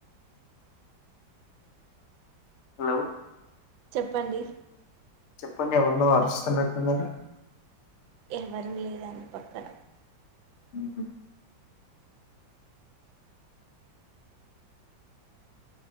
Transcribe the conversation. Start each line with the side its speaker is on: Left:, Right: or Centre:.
Left: హలో
Right: చెప్పండి
Left: చెప్పండి ఎవరిన అరుస్తున్నట్టున్నరు
Right: ఎవరూ లేదని పక్కన
Left: ఉహు